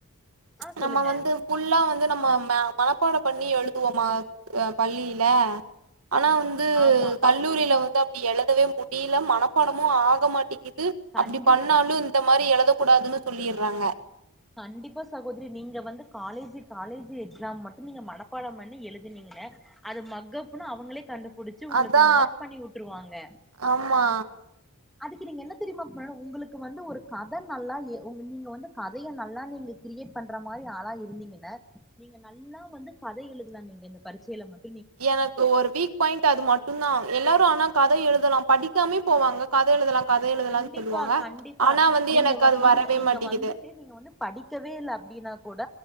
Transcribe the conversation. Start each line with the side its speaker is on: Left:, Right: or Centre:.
Right: ச்
Centre: ஆ சொல்லுங்க
Right: நம்ம வந்து புல்லா வந்து நம்ம ம மனப்பாடோ பண்ணி எழுதுவோமா ஆ பள்ளியில ஆனா வந்து
Centre: ஆமா
Right: கல்லூரில வந்து அப் எழுதவே முடில மனப்பாடமு ஆக மாட்
Centre: தன்
Right: பண்ணாலு இந்த மாரி எழுத கூடாதுன் சொல்லிர் றாங்க
Centre: கண்டிப்பா சகோத்ரி நீங்க வந்து காலேஜூ காலேஜு எக்ஸம் மட்டு நீங்க மனப்பாடோ பண்ணி எழுதினீங்கன அது மக்கப்பு அவங்களே கண்டு புடிச்சு உங்களுக்கு
Right: அதா
Centre: மார்க் பண்ணி உட்ருவாங்க
Right: ஆமா
Centre: அதுக்கு நீங்க என்ன தெரிமா பண்ணணு உங்களுக்கு வந்து ஒரு கத நல்லா ஏ நீங்க வந்து கதைய நல்லா நீங்க க்ரியேட் பண்ற மாரி ஆளா இருந்தீங்கன்ன நீங்க நல்லா வந்து கத எழுதலா நீங்க இந்த பரிச்சைல மட்டு
Right: எனக்கு ஒரு வீக் பாய்ண்ட் அது மட்டு தா எல்லாரு ஆனா கத எழுதலா படிக்காமே போவாங்க கத எழுதலா கதை எழுதலான்னு
Centre: கண்டிப்பா
Right: சொல்லுவாங்க
Centre: கண்டிப்பா
Right: ஆனா வந்து
Centre: நீங்க
Right: எனக்கு
Centre: வ
Right: அது
Centre: நீங்க
Right: வரவே
Centre: நீங்க
Right: மாட்டேங்குது
Centre: வந்துட்டு நீங்க வந்து படிக்கவே இல்ல அப்டினா கூட